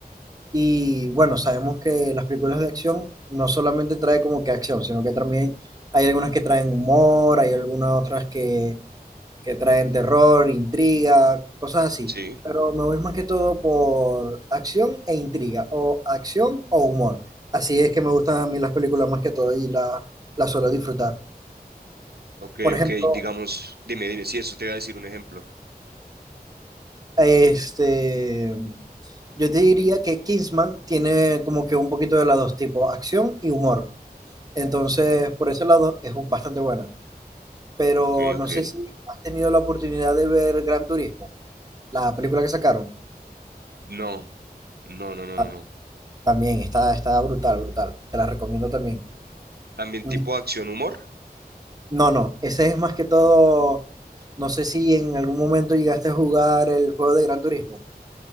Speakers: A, on the right; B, on the right.
A: Y bueno, sabemos que las películas de acción no solamente trae como que acción, sino que también hay algunas que traen humor, hay algunas otras que, que traen terror, intriga, cosas así.
B: Sí.
A: Pero me voy más que todo por acción e intriga, o acción o humor. Así es que me gustan a mí las películas más que todo y la- las suelo disfrutar.
B: Ok,
A: Por ejemplo,
B: ok, digamos, dime, dime, sí, eso te iba a decir un ejemplo.
A: este, yo te diría que Kingsman tiene como que un poquito de los dos tipos, acción y humor. Entonces,
B: Ajá.
A: por ese lado es un- bastante buena. Pero
B: Ok,
A: no
B: ok.
A: sé si has tenido la oportunidad de ver Gran Turismo, la película que sacaron.
B: No, no, no, no,
A: Ah,
B: no, no.
A: También está, está brutal, brutal. Te la recomiendo también.
B: También
A: Ni-
B: tipo acción humor.
A: No, no, ese es más que todo. No sé si en algún momento llegaste a jugar el juego de Gran Turismo.